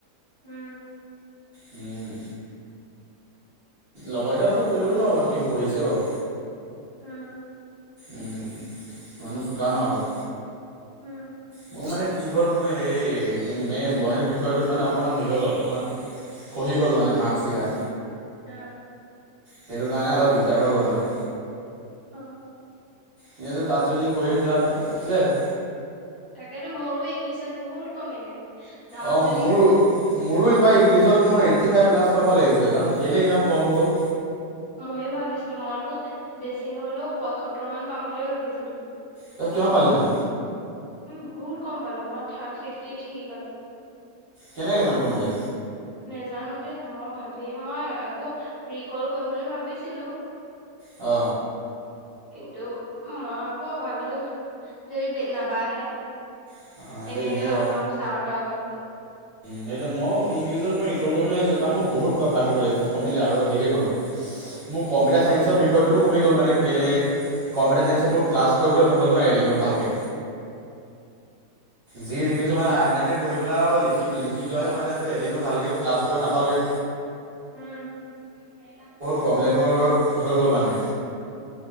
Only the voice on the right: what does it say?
উম লগৰ কেইটা ওচৰত পঢ়িছে বুলি নহয় বাও সি পঢ়িছে বাও।
উম ই মানুহটো চোকা ন অলপ,
মোৰ মানে কি হ'ল মোৰ হেই মে গণিত বিষয়টোত মানে অকমান হেৰি হৈ গ'ল অকমান খহি গ'ল মানে মাৰ্কেচ গিটা
সেইটো কাৰণে অলপ দিগদাৰ হৈ গ'ল মানে
এনে যদি তাত যদি খহি নোযোৱা হেতেন উঠিলহেঁতেন।
অ
মোৰো। মোৰো এইবাৰ ইংলিজত মোৰ এইটি ফাইভ প্লাছ পাব লাগিছিলে জানো কেলে ইমান কম হৈ গ'ল।
তই কিমান পালি নো?
কেনেকে ইমান কমিলে?
অ।
অঁ এতিয়া
এনেই
যাব
সেইটোৱে মইও ইংলিজত মই ৰিকলল কৰিম বুলি ভাবিছিলোঁ কাৰণ মই বহুত বাঢ়িব লাগিছিলে কমিলে আৰু হেৰি হ'ল মোৰ কম্পিউটাৰ
চাইন্সৰ বিষ- বিষয়টো কমি গ'ল মানে কেলে কম্পিউটাৰ ছায়েঞ্চৰ মোৰ ক্লাছ কৰিবলৈ নহ'লে নহয় এদিনো ভালকে। যি লিখিছো মানে আগদিনাখিনি পঢ়ি পেলাইও লিখ- লিখি যোৱাহে মানে তো এদিনো ভালকে ক্লাছ কৰিব নাপালোৱে
প্ৰব্লেম হৈ হৈ গ'ল মানে